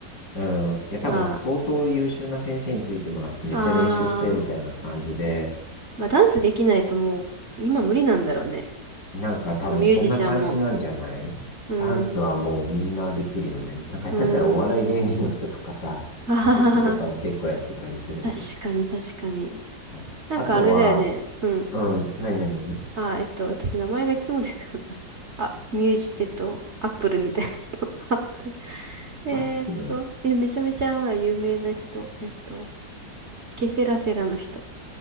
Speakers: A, on the left (about 65°); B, on the right (about 40°).
A: うん。いや、多分相当優秀な先生についてもらってめっちゃ練習してみたいな感じで、
B: まあ、あー、まあダンスできないともう、今無理なんだろうね。
A: なんか多分そんな感じなんじゃないダンスはもうみんなできるよね。
B: まあ、ミュージシャンも。うん、
A: なんか下手したらお笑い芸人の人とかさ、
B: うん、うん。
A: そういう人とかも結構やってたりするし。
B: <laughs> あはははは、確かに確かに。
A: ああとは、
B: なんかあれだよね。うん。
A: うん、何何
B: あ、えっと、私、名前がいつもですこない。<laughs> あ、ミュージ、えっと、アップルみたいな人。<laughs> アップル。
A: アップル
B: えーっと、え、めちゃめちゃ、ほら、有名な人。えっと、ケセラセラの人。